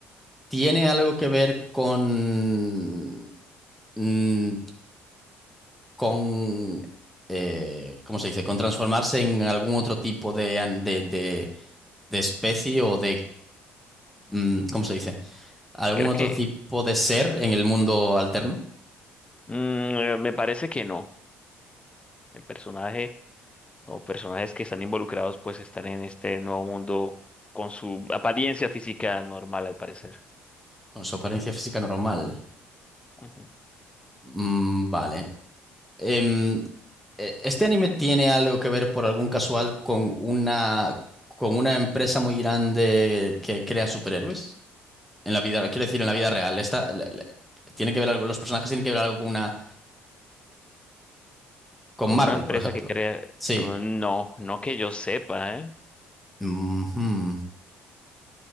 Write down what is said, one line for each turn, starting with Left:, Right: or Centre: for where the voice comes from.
Centre: ¿tiene algo que ver con. mm, con. eh, ¿cómo se dice? Con transformarse en algún otro tipo de, an- de, de- de especie o de. mm, ¿cómo se dice? ¿Algún
Left: Creo
Centre: otro
Left: que,
Centre: tipo de ser en el mundo alterno?
Left: mm, eh, me parece que no. El personaje o personajes que están involucrados pues están en este nuevo mundo con su apariencia física normal al parecer.
Centre: Con su apariencia física normal.
Left: Ujú.
Centre: Mm, vale. Em, eh, ¿este anime tiene algo que ver por algún casual con una, con una empresa muy grande que crea superhéroes? En la vida, quiero decir, en la vida real. Esta, la- la- tiene que ver algo, los personajes tienen que ver algo con una, con
Left: Con
Centre: Marvel,
Left: una empresa
Centre: por ejemplo.
Left: que crea,
Centre: Sí.
Left: mm, no, no que yo sepa, ¿eh?
Centre: Ujú.